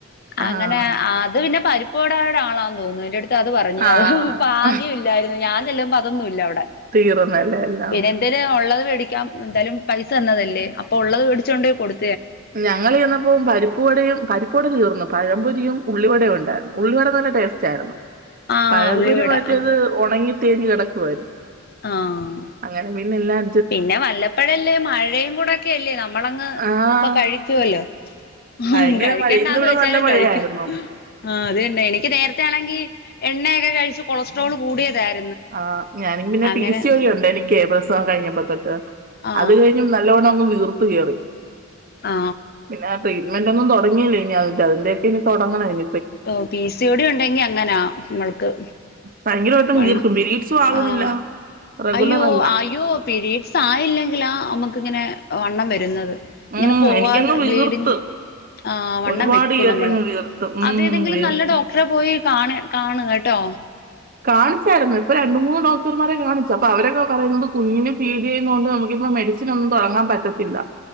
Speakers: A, on the right (about 45°); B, on the left (about 50°).
A: ആഹ്
B: അങ്ങനെ അത് പിന്നെ പരി പ്പോടെടാളാന്ന് തോന്നുന്നു എന്റടു ത്ത് അത് പറഞ്ഞു
A: ആഹ്
B: അത് ഭാഗ്യം ഇല്ലാരുന്നു ഞാൻ ചെല്ലുമ്പോ അതൊന്നും ഇല്ല അവിടെ
A: തീർന്നല്ലേ എല്ലാം
B: പിന്നെ എന്തേലും ഒള്ളത് മേടിക്കാം എന്തായാലും പൈസ തന്നതല്ലേ അപ്പൊ ഒള്ളത് മേടിച്ചോണ്ടുപോയ് കൊടു
A: ഞങ്ങള് ചെന്നപ്പോം പരിപ്പുവടയും പരിപ് പ്പൂട തീർന്നു പഴംപൊരിയും ഉള്ളിവടേം ഒണ്ടാരുന്നു ഉള്ളിവട നല്ല ടേസ്റ്റാരുന്നു
B: ആഹ്
A: പഴംപൊരി
B: ഉള്ളിവട
A: മറ്റേത്
B: ആഹ്
A: ഉണങ്ങി തിരിഞ്ഞെടുക്കുവാരുന്നു
B: ആഹ്
A: അങ്ങനെ പിന്നെല്ലാം
B: പിന്നെ വല്ലപ്പഴല്ലേ മഴയുംകൂടെക്കെയല്ലേ നമ്മളങ്ങ്
A: ആഹ്
B: ഇപ്പൊ കഴിച്ചുവല്ലോ. ഹും
A: ഭയങ്കര
B: കഴിക്കണ്ടാന്ന്
A: മഴ ഇന്ന് ഇവിടെ
B: വെച്ചാലും
A: നല്ല മഴയായിരുന്നു
B: കഴിക്കും ആ അത് തന്നെ എനിക്ക് നേരത്തെ ആണെങ്കി എണ്ണയൊക്കെ കഴിച്ച് കൊളസ്ട്രോൾ കൂടിയതായിരുന്നു.
A: ആ ഞാനും പിന്നെ
B: അങ്ങനെ
A: പി സി ഒളിയൊണ്ട് എനിക്ക് പ്രസവം കഴിഞ്ഞപ്പോ തൊട്ട്.
B: ആ
A: അത് കഴിഞ്ഞു നല്ലവോണം അങ്ങ് വീർത് കേറി.
B: ആ
A: പിന്നെ ആ ട്രീറ്റ്‌ ഇങ്ങട്ടൊന്നും തുടങ്ങീലെ. ഇനിതിന്റെ അതിന്റെക്കെ ഇനി തുടങ്ങണം <inaudible>
B: ഓ പി സി യോടി ഉണ്ടെങ്കി അങ്ങനാ നമ്മൾക്ക്
A: ഭയങ്കരവട്ടം
B: മണ്ണ്
A: വീർക്കും പിരീഡ്സും ആകുന്നില്ല.
B: ആഹ്
A: റെഗുലർ
B: അയ്യോ
A: അല്ല
B: അയ്യോ പീരീഡ്സ് ആയില്ലെങ്കിലാ നമുക്ക് ഇങ്ങനെ വണ്ണം വക്ക ഇങ്ങനെ
A: ഉം
B: പോവാതെ
A: എനിക്കങ്ങ് വീർത്ത്
B: ബ്ലീഡിങ്. ആ വണ്ണം
A: ഒരുപാട്
B: വെക്കും
A: ഏറി
B: നമ്മള്
A: അങ്ങ് വീർത്ത് ഉം
B: അതേതെങ്കിലും
A: വീർത്ത്
B: നല്ല ഡോക്ടറെ പോയി കാണ കാണ്. ട്ടോ
A: കാണിച്ചായിരുന്നു. ഇപ്പൊ രണ്ട് മൂന്ന് ഡോക്ടർമാരെ കാണിച്ചു. അപ്പൊ അവരൊക്കെ പറയുന്നത് കുഞ്ഞിനെ ഫീഡ് ചെയ്യുന്നതണ്ട് നമുക്ക് ഇപ്പൊ പ്പോ മെഡിസിൻ ഒന്നും തുടങ്ങാൻ പറ്റത്തില്ല.